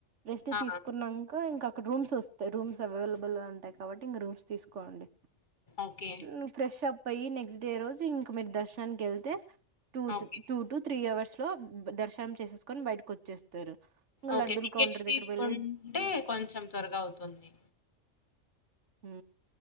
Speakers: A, on the right (about 65°); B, on the left (about 40°).
A: రెస్ట్
B: ఆ!
A: తీసుకున్నాక ఇంక్ రూమ్స్ వస్తాయి, రూమ్స్ అవైలబ్ ఉంటాయి కాబట్టి ఇంకా రూమ్స్ తీసు డి
B: ఓకే.
A: మ్ ఫ్రెష్ అప్ పోయి నెక్స్ట్ డే రోజు ఇంకా మీరు దర్శనానికి వెళ్తే టత్
B: ఓకే.
A: టూ త్రీ అవర్స్ స్లోబ్ బ దర్శనం చేసేసుకొని బయటకు వచ్చేస్తారు ఇంక
B: ఓకే
A: లడ్డూలు
B: టికెట్స్
A: కౌంటర్
B: తీసుకుంటే
A: దగ్గర వెళ్ళి
B: కొంచెం త్వరగా అవుతుంది
A: మ్